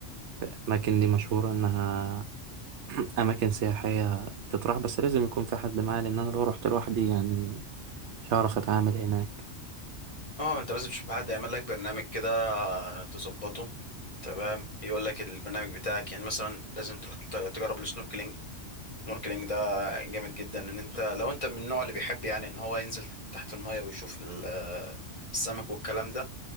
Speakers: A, on the right (about 75°); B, on the left (about 30°).
A: الأماكن دي مشهورة إنها أماكن سياحية تطرح بس لازم يكون في حد معايا لأن أنا لو رحت لوحدي يعني مش هعرف أتعامل هناك
B: اه انت لازم تشوف حد يعمل لك برنامج كده تظبطه تمام يقول لك البرنامج بتاعك يعني مثلا لازم تروح تت- تجرب السنوركلينج السنوركلينج ده جامد جدا ان انت لو انت من النوع اللي بيحب يعني ان هو ينزل تحت المية ويشوف ال- آه، السمك والكلام ده